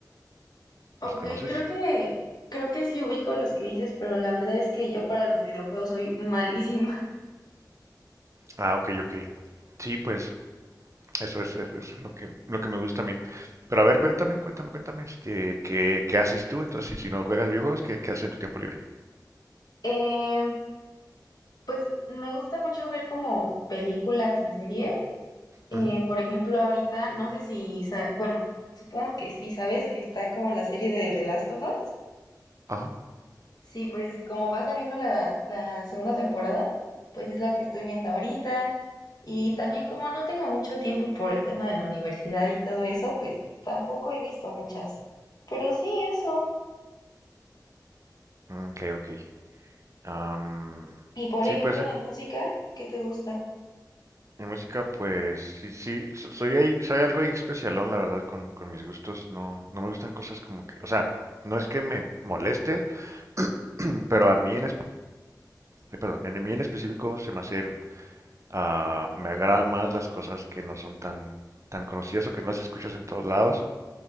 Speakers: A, on the left; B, on the right.
A: Ok,
B: ¿los conoces?
A: creo que, creo que sí ubico los que dices, pero la verdad es que yo para los videojuegos soy malísima. <laughs>
B: Ah, ok, ok. Sí, pues eso es, eso es lo que, lo que me gusta a mí. Pero a ver, cuéntame, cuéntame, cuéntame, este, ¿qué, qué haces tú? Entonces, si, si no juegas videojuegos, ¿qué, qué haces en tu tiempo libre?
A: Eh, pues me gusta mucho ver como películas y series. Eh,
B: Ujú,
A: por ejemplo, ahorita, no sé si, sa- bueno, supongo que sí, ¿sabes? Que está como la serie de The Last of Us.
B: Ajá.
A: Sí, pues como va saliendo la, la segunda temporada, pues es la que estoy viendo ahorita. Y también como no tengo mucho tiempo por el tema de la universidad y todo eso, pues tampoco he visto muchas. Pero sí eso.
B: Ok, ok. Am,
A: Y por
B: sí,
A: ejemplo
B: pues eh,
A: de música, ¿qué te gusta?
B: en música, pues sí, sí, so- soy ahí, soy algo ahí especialón, la verdad, con, con mis gustos. No, no me gustan cosas como que, o sea, no es que me moleste, <clears throat> pero a mí en, es- eh, perdón, en mí en específico se me hace, ah, me agradan más las cosas que no son tan, tan conocidas o que no las escuchas en todos lados.